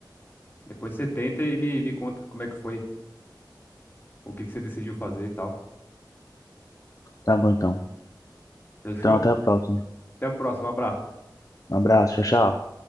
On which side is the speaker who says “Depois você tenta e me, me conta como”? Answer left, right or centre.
Left